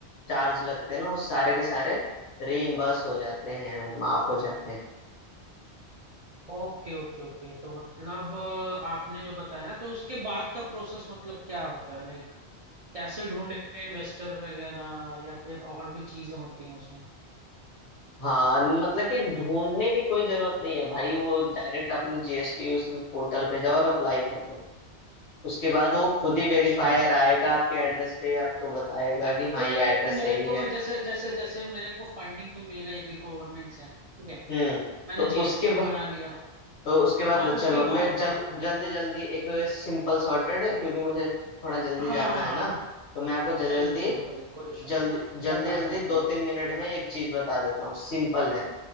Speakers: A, on the left; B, on the right.
A: चार्ज लगते हैं ना वो सारे के सारे रीइम्बर्स हो जाते हैं माफ हो जाते हैं
B: ओके ओके ओके तो मतलब अ, आपने जो बताया तो उसके बाद का प्रोसेस मतलब क्या होता है लाइक कैसे ढूंढे इन्वेस्टर वगैरह या फिर और भी चीजें होती हैं उसमें
A: हाँ मतलब कि ढूंढने की कोई जरूरत नहीं है भाई वो डायरेक्ट अपने जीएसटी उसमें पोर्टल पे जाओ और अप्लाई कर दो उसके बाद वो खुद ही
B: अच्छा
A: वेरीफायर आएगा आपके एड्रेस पे आपको बताएगा कि हाँ
B: तो
A: ये
B: लाइक
A: एड्रेस
B: मेरे
A: सही
B: को
A: है
B: जैसे जैसे जैसे मेरे को फंडिंग तो मिल गई अभी गवर्नमेंट से ठीक है
A: हम्म
B: मैंने
A: तो
B: जीएसटी
A: उसके
B: भी
A: बाद
B: बना लिया
A: तो उसके बाद
B: हाँ
A: चलो
B: उसके
A: मैं
B: बाद
A: जल
B: का हाँ
A: जल्दी जल्दी एक सिंपल सॉर्टेड क्योंकि मुझे थोड़ा जल्दी
B: हाँ
A: जाना
B: हाँ
A: है
B: हाँ
A: ना तो मैं आपको जल्दी
B: चलो
A: जल्दी
B: चलो भाई कोई इशू
A: जल्दी
B: नहीं हाँ,
A: जल्दी
B: बता
A: जल्दी
B: दो आप
A: दो
B: मेरे को
A: तीन मिनट में एक चीज बता देता हूँ सिंपल है